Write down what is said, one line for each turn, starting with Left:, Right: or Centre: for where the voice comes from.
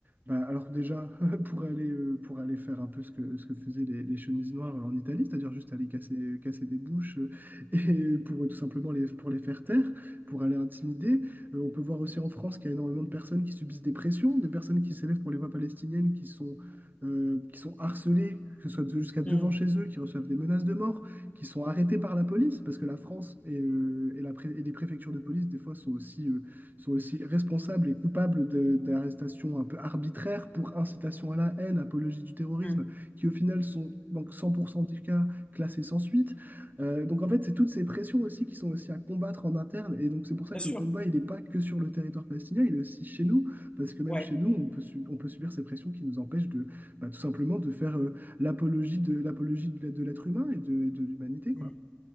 Right: bah, alors déjà, <laughs> pour aller, euh, pour aller faire un peu ce que, ce que faisaient les, les chemises noires en Italie, c'est-à-dire juste aller casser, casser des bouches euh, <laughs> et pour euh, tout simplement les, pour les faire taire, pour aller intimider. Euh, on peut voir aussi en France qu'il y a énormément de personnes qui subissent des pressions, des personnes qui s'élèvent pour les voix palestiniennes, qui sont... euh, qui sont harcelées, que ce soit de- jusqu'à devant
Left: Mm.
Right: chez eux, qui reçoivent des menaces de mort qui sont arrêtés par la police, parce que la France et, euh, et la pré- et les préfectures de police, des fois, sont aussi, euh, sont aussi responsables et coupables de- d'arrestations un peu arbitraires pour incitation à la haine, apologie du terrorisme,
Left: Mm.
Right: qui au final sont donc 100% des cas classés sans suite. Euh, donc en fait, c'est toutes ces pressions aussi qui sont aussi à combattre en interne. Et donc c'est pour ça
Left: Bien
Right: que
Left: sûr.
Right: le combat, il n'est pas que sur le territoire palestinien, il est aussi chez nous, parce que même
Left: Ouais.
Right: chez nous, on peut, su- on peut subir ces pressions qui nous empêchent de, bah, tout simplement de faire, euh, l'apologie de l'apologie de, de l'être humain et de, de l'humanité, quoi.
Left: Mm.